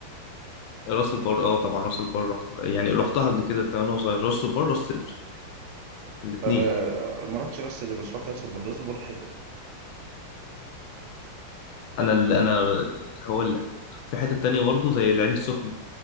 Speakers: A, on the left; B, on the right.
A: راس البر اه طبعا راس البر رحت يعني رحتها قبل كده زمان وانا صغير راس البر راس سدر الاثنين
B: آه آه، ما رحتش راس سدر بس رحت راس البر راس البر حلوه
A: انا اللي انا هقول لك في حته تانية برضه زي العين السخنه